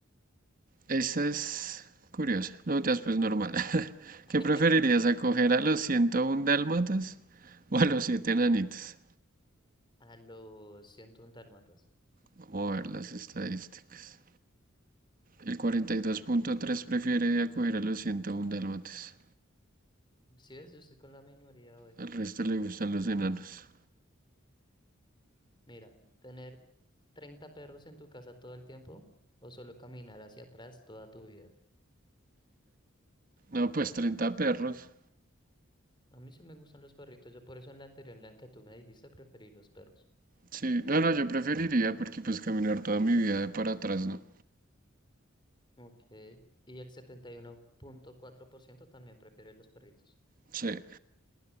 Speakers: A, on the right (about 40°); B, on the left (about 20°).
A: Esa es curiosa. No te pues normal. <laughs>
B: <laughs>
A: ¿Qué preferirías, acoger a los 101 dálmatas o a los 7 enanitos?
B: A los 101 dálmatas.
A: Vamos a ver las estadísticas. El cuarenta y dos punto tres prefiere acoger a los 101 dálmatas.
B: Si ves, yo estoy con la minoría hoy.
A: Al resto le gustan los enanos.
B: Mira, tener 30 perros en tu casa todo el tiempo o solo caminar hacia atrás toda tu vida.
A: No, pues treinta perros.
B: A mí sí me gustan los perritos. Yo por eso en la anterior, en la que tú me dijiste, preferí los perros.
A: Sí, no, no, yo preferiría porque pues caminar toda mi vida de para atrás, ¿no?
B: Ok. Y el setenta y uno punto cuatro por ciento también prefiere los perritos.
A: Sí.